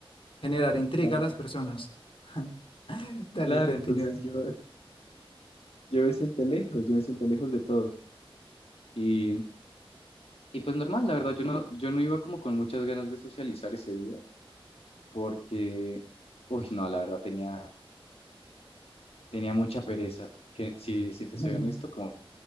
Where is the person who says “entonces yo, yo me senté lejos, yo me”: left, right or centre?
Left